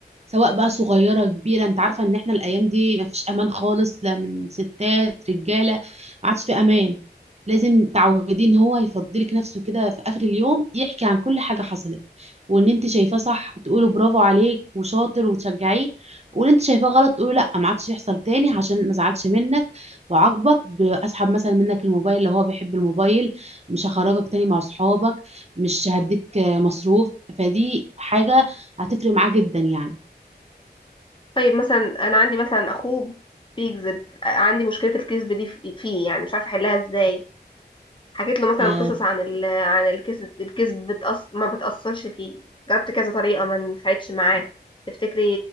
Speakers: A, on the right; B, on the left.
A: سواء بقى صغيرة كبيرة انت عارفة ان احنا الايام دي مفيش امان خالص لا من ستات رجالة ما عادش في امان لازم تعودين ان هو يفضلك نفسه كده في اخر اليوم يحكي عن كل حاجة حصلت وان انت شايفاه صح تقوله برافو عليك وشاطر وتشجعيه وان انت شايفاه غلط تقوله لا ما عادش يحصل تاني عشان ما زعلش منك وعاقبك باسحب مثلا منك الموبايل اللي هو بيحب الموبايل مش هخرجك تاني مع صحابك مش هديك آه، مصروف فدي حاجة هتفرق معاه جدا يعني
B: طيب مثلا انا عندي مثلا اخوه بيكذب آه، عندي مشكلة الكذب دي في- فيه يعني مش عارفة احلها ازاي حكيت له مثلا
A: آه،
B: قصص عن ال... عن الكذب الكذب بتأث... ما بتأثرش فيه جربت كذا طريقة ما نفعتش معاه تفتكري